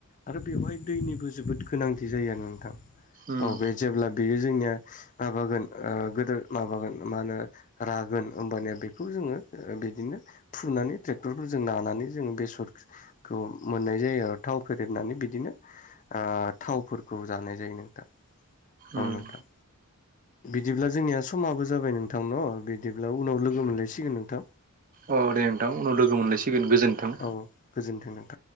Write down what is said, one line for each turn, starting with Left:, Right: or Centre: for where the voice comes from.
Left: आरो बेवहाय दैनिबो जोबोद गोनांथि जायो आरो नोंथां।
Right: उम
Left: औ बे जेब्ला बेयो जोंनिया माबागोन ओ गोदो माबागोन मा होनो रा गोन होमबानिया बेखौ जोङो बिदिनो फुनानै ट्रेक्टरफोरजों नानानै जोङो बेसर खौ मोननाय जायो आरो थाव फेदेरनानै बिदिनो ओ थावफोरखौ जानाय जायो नोंथां
Right: उम
Left: औ नोंथां। बिदिब्ला जोंनिया समाबो जाबाय नोंथां न' बिदिब्ला उनाव लोगो मोनलायसिगोन नोंथां।
Right: अ दे नोंथां उनाव लोगो मोनलायसिगोन गोजोन्थों।
Left: औ गोजोन्थों नोंथां